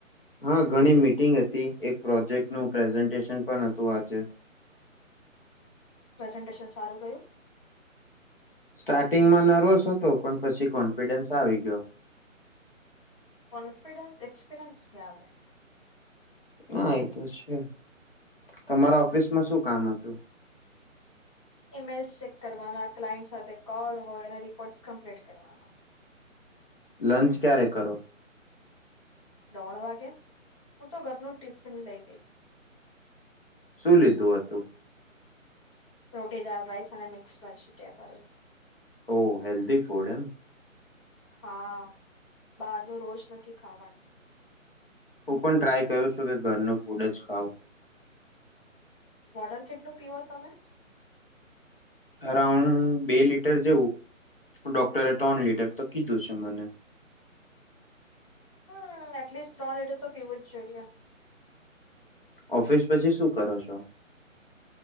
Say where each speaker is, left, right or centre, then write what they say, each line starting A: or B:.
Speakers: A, on the left; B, on the left.
A: હા ઘણી મીટિંગ હતી એક પ્રોજેક્ટનું પ્રેઝન્ટેશન પણ હતું આજે
B: પ્રેઝન્ટેશન સારું ગયું.
A: સ્ટાર્ટિંગમાં નર્વસ હતો પણ પછી કોન્ફિડન્સ આવી ગયો.
B: કોન્ફિડન્સ એક્સપિરિયન્સથી આવે.
A: ના એ તો છે તમારા ઓફિસ માં શું કામ હતું.
B: ઈમેલ્સ ચેક કરવાના ક્લાયન્ટ સાથે કોલ હોય અને રિપોર્ટ કમ્પ્લીટ કરવાના
A: લંચ ક્યારે કરો.
B: દોઢ વાગે હું તો ઘરનું ટિફિન લઈ ગઈ,
A: શું લીધું હતું.
B: રોટી, દાળ, રાઈસ અને મિક્સ વેજીટેબલ
A: ઓ હેલ્ધી ફૂડ એમ
B: હા બારનુ રોજ નથી ખાવાનું
A: હું પણ ટ્રાય કર છું કે ઘરનું ફૂડ જ ખાઉ
B: વોડર કેટલું પીવો તમે
A: અરાઉન્ડ બે લીટર જેવું ડોક્ટરે ત્રણ લીટર તો કીધું છે મને
B: હમ્મ એટલીસ્ટ ત્રણ લીટર તો પીવું જ જોઈએ.
A: ઓફિસ પછી શું કરો છો?